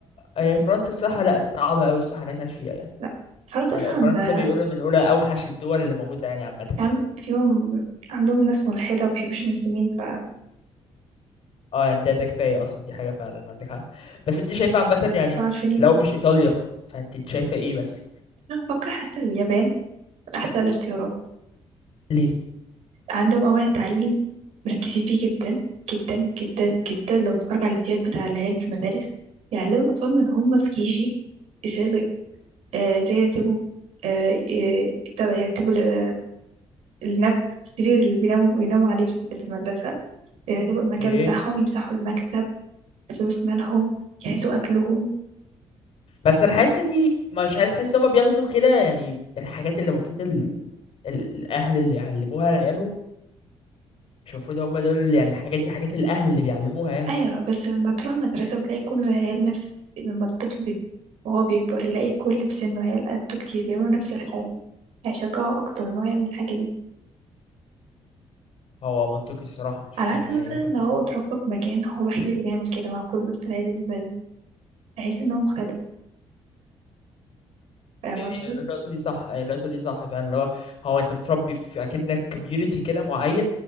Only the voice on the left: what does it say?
هي فرنسا الصراحه لا صعبه قوي الصراحه انها تعيش فيها يعني
آه،
فرنسا
بيقولوا من اولى اوحش الدول اللي موجوده يعني عامه
اه يعني ده ده كفايه اصلا دي حاجه فعلا عندك حق بس انت شايفه عامه يعني
لو مش ايطاليا فانت شايفه ايه بس
ليه
اوكي
بس انا حاسس دي مش عارف حاسس هما بياخدوا كده يعني الحاجات اللي المفروض ال... ال... الاهل اللي يعلموها لعيالهم مش المفروض هما دول اللي- يعني الحاجات دي حاجات الاهل اللي بيعلموها يعني
هو منطقي الصراحه مش
يعني
هي كفكره
هي
هي النقطه دي صح هي النقطه دي صح فعلا اللي هو هو انت بتربي في اكنك كوميونتي كده معين